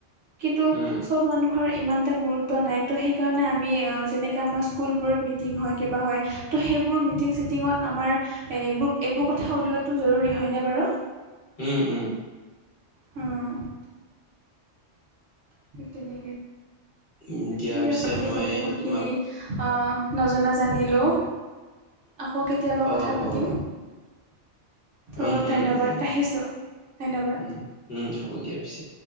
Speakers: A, on the right; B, on the left.
A: কিন্তু
B: উম
A: চব মানুহৰ ইমান এটা গুৰুত্ব নাই। ত' সেইকাৰণে আমি আ যেনেকে আমাৰ স্কুলবোৰত মিটিং হয়, কিবা হয়। ত' সেইবোৰ মিটিং -চিটিঙত আমাৰ এইবোৰ, এইবোৰ কথা উলিওৱাটো জৰুৰী হয়নে বাৰু?
B: উম, উম।
A: উম। তেনেকে
B: উম, দিয়া
A: ঠিক
B: পিছে
A: আছে আমি
B: মই
A: এতিয়া বহুতখিনি
B: তোমাক
A: অঁ, নজনা জানিলোঁ। আকৌ কেত তিয়াবা কথা
B: অ
A: পাতিম।
B: অ
A: ত'
B: উম
A: ধন্যবাদ
B: উম উম
A: ৰাখিছোঁ, ধন্যবাদ।
B: উম উম, হ'ব দিয়া পিছে।